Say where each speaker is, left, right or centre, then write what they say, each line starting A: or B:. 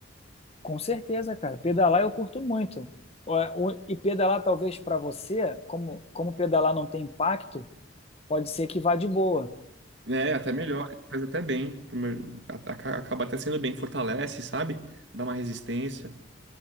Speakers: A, on the left; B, on the right.
A: com certeza, cara, pedalar eu curto muito. Ó, o- E pedalar talvez para você, como, como pedalar não tem impacto, pode ser que vá de boa.
B: É, até melhor, faz até bem, pro meu- a- a- acaba até sendo bem, fortalece, sabe? Dá uma resistência.